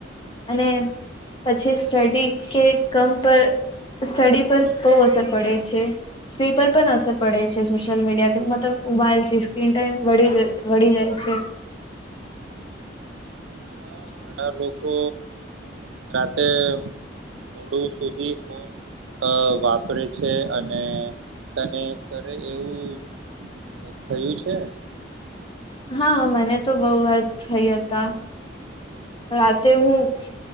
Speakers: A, on the left; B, on the right.
A: અને પછી સ્ટડી કે કામ પર સ્ટડી પર બહુ અસર પડે છે સ્લીપ પણ અસર પડે છે સોશલ મીડિયા થી મતલબ મોબાઇલથી સ્ક્રીન ટાઇમ વધી જાય છે
B: આ ઘણા લોકો રાતે મોડું સુધી ફોન વાપરે છે અને તને કરે એવું થયું છે
A: હા મને તો બહુ વાર થયા હતા રાતે હું